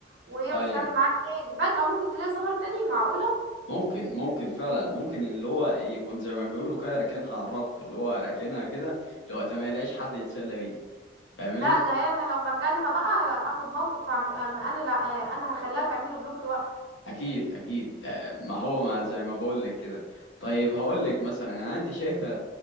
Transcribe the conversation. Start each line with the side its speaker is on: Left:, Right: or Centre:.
Right: وهي
Left: ايوه
Right: مش هتعمل معاه تاني فجأة ممكن تلاقي ظهر تاني معقولة
Left: ممكن ممكن فعلا ممكن اللي هو يكون زي ما بيقولوا كده راكنها على الرف اللي هو راكنها كده اللي هو تمام ما يلاقيش حد يتسلى بيه فاهماني
Right: لا ده هي انا لو مكانها بقى اخد موقف هعم- انا لا انا هخليها تعمله بلوك بقى.
Left: اكيد اكيد آه، ما هو ما زي ما بقول لك كده طيب هقول لك مثلا يعني انت شايفه